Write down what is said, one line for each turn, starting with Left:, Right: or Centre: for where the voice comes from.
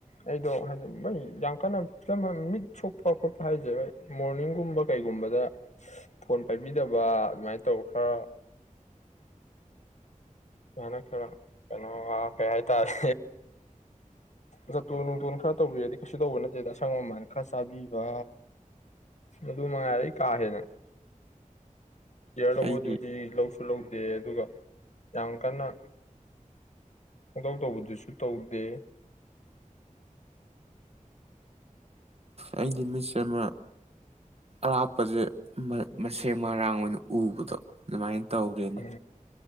Left: ꯑꯩꯗꯣ ꯍꯥꯏꯗꯤ ꯗꯨꯝ ꯌꯥꯝ ꯀꯟꯅ ꯐꯤꯂꯝ ꯍꯥꯏ ꯃꯤꯠ ꯁꯣꯛꯄ ꯈꯣꯠꯄ ꯍꯥꯏꯁꯦ ꯍꫭꯏ ꯃꯣꯔꯅꯤꯡꯒꯨꯝꯕ ꯀꯩꯒꯨꯝꯕꯗ ꯐꯣꯟ ꯄꯥꯏꯕꯤꯗꯕ ꯑꯗꯨꯃꯥꯏꯅ ꯇꯧ ꯈ꯭ꯔ ꯑꯗꯨꯃꯥꯏꯅ ꯈꯔ ꯀꯩꯅꯣ ꯑ ꯀꯩ ꯍꯥꯏꯇꯥꯔꯦ ꯖꫭꯇꯣꯟ ꯅꯨꯡꯇꯣꯟ ꯈꯔ ꯇꯧꯕꯤꯔꯗꯤ ꯀꯩꯁꯨ ꯇꯧꯕ ꯅꯠꯇꯦꯗ ꯑꯁꯪ ꯑꯃꯃꯥꯟ ꯈꯔ ꯆꯥꯕꯤꯕ ꯑꯗꯨ ꯃꯉꯥꯏꯔꯦ ꯑꯩ ꯀꯥ ꯍꯦꯟꯅ ꯌꯥꯔ ꯂꯧꯕꯗꯨꯗꯤ
Right: ꯑꯩꯒꯤ
Left: ꯂꯧꯁ ꯈꯨꯜꯍꯧꯗꯦ ꯑꯗꯨꯒ ꯌꯥꯝ ꯀꯟꯅ ꯄꯪꯇꯧ ꯇꯧꯕꯗꯨꯁꯨ ꯇꯧꯗꯦ
Right: ꯑꯩꯗꯤ ꯃꯤꯠꯁꯦ ꯑꯃ ꯑꯔꯥꯞꯄꯁꯦ ꯃꯁꯦꯡ ꯃꯔꯥꯡ ꯑꯣꯏꯅ ꯎꯕꯗꯣ ꯑꯗꯨꯃꯥꯏꯅ ꯇꯧꯔꯦꯅꯦ
Left: ꯎꯝ